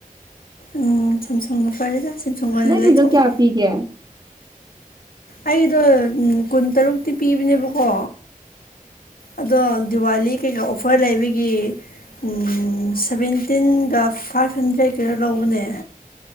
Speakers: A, on the left; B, on the right.
A: ꯎꯝ ꯁꯦꯝꯁꯣꯡꯅ ꯐꯔꯦꯗ ꯁꯤꯝꯁꯣꯡ ꯑꯣꯏꯅ
B: ꯅꯪꯒꯤꯗꯣ
A: ꯂꯩꯊꯣꯛꯑꯣ
B: ꯀꯌꯥ ꯄꯤꯒꯦ
A: ꯑꯩꯗꯣ ꯎꯝ ꯀꯨꯟꯇꯔꯨꯛꯇꯤ ꯄꯤꯕꯅꯦꯕꯀꯣ ꯑꯗꯣ ꯗꯤꯋꯥꯂꯤ ꯀꯩꯀ ꯑꯣꯐꯔ ꯂꯩꯕꯒꯤ ꯎꯝ ꯁꯕꯦꯟꯇꯤꯟꯒ ꯐꯥꯏꯚ ꯍꯟꯗ꯭ꯔꯦꯠꯀꯤꯔ ꯂꯧꯕꯅꯦ